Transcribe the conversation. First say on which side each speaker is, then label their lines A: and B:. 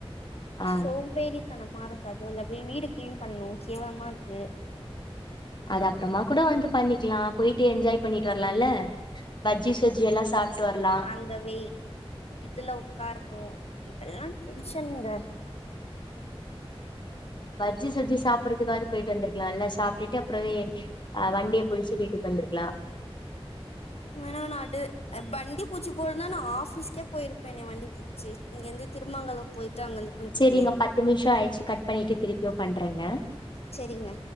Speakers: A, on the left; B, on the left.
A: ஆ
B: சோ ம்பேறித்தனமா இருக்கு அதுவுல்ல வீ வீடு கிளீன் பண்னு கேவலமா இருக்கு
A: அது அப்புறமா கூட வந்து பண்ணிக்கலா போயிட்டு என்ஜாய் பண்ணிட்டு வரலால பஜ்ஜி சொஜ்ஜி எல்லா சாப்புட்டு வரலா
B: இந்த வெயில் இதுல உட்காரணு இதெல்லா டென்ஷன்ங்க
A: பஜ்ஜி சொஜ்ஜி சாப்ட்றதுக்காவது போயிட்டு வந்திருக்கலா இல்ல சாப்டுட்டு அப்பறமே அ வண்டி புடிச்சு வீட்டுக்கு வந்திருக்லா
B: வேணா வேணா டு அ வண்டி புடிச்சி போறதுன்னா நா ஆஃபிஸ்க்கே போயிருப்பேனே வண்டி புடி ச்சு இங்கிருந்து திருமங்கலம் போயிட்டு அங்கந்து போயிருப்பேனே
A: சேரிங்க பத்து நிமிஷ ஆயிடுச்சு கட் பண்ணிட்டு திருப்பியு பண்றேங்க
B: செரிங்க